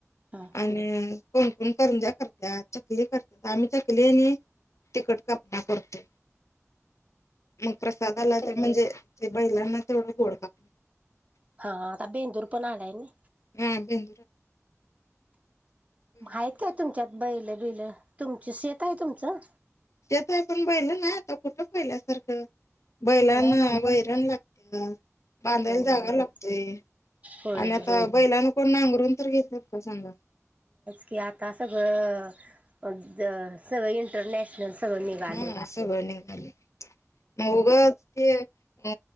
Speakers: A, on the right (about 25°); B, on the left (about 65°).
A: हा
B: आणि कोण पण करंजा करत्यात, चकली करत आम्ही चकली ही तिकट कापना करतो. मग प्रसादाला तर म्हणजे ते बैलांना तेवढं गोड काप
A: हा आता बेंदूर पण आलाय नि
B: हा बेन
A: हायत का तुमच्यात बैलबिल तुमची शेत आहे तुमचं?
B: त्यात आपण बैल नाय आता कुठं पहिल्यासारखं बैलाना
A: नाही
B: वैरण लागते. बांधायला
A: हो
B: जागा लागतोय.
A: होय
B: आणि
A: होय
B: आता बैलान कोण नांगरून तर घेतात का सांगा?
A: की आता सगळं अज सगळळे इंटरनॅशनल सगळ निघाले.
B: हा सगळं निघालय मग उगच ते अ